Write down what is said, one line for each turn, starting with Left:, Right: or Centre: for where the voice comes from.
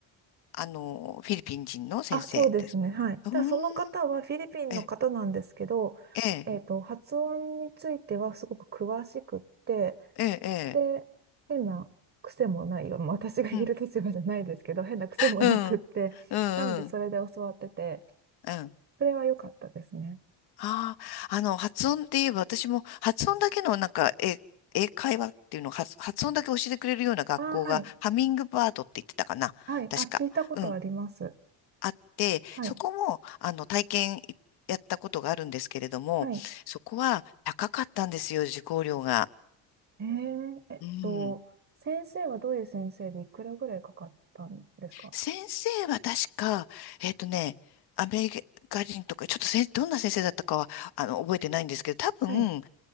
Left: あの、フィリピン人の先生です。
Right: あ、そうですね。はい。ただその方はフィリピンの方なんですけど、
Left: うーん。ええ。ええ。
Right: えっと、発音についてはすごく詳しくって、
Left: ええ。
Right: で、
Left: ええ
Right: 変な癖もないよ。まあ私が言える立場じゃないですけど、
Left: うん。
Right: 変な癖もなくって、
Left: うん。うんうん。
Right: なのでそれで教わってて、
Left: うん。
Right: それは良かったですね。
Left: ああ、あの、発音って言えば、私も発音だけのなんか、え、英会話っていうのを発、発音だけ教えてくれるような学校が、
Right: あ、はい。
Left: ハミングバードって言ってたかな確か。
Right: はい。あ、聞いたことあります。
Left: うん、あって、
Right: はい。
Left: そこも、あの、体験いやったことがあるんですけれども、
Right: はい。
Left: そこは高かったんですよ、受講料が。
Right: えー、えっと、
Left: うん。
Right: 先生はどういう先生でいくらぐらいかかったんですか
Left: 先生は確か、えっとね、アメリカ人とか、ちょっとせん、どんな先生だったかは、あの、覚えてないんですけど、多分、
Right: はい。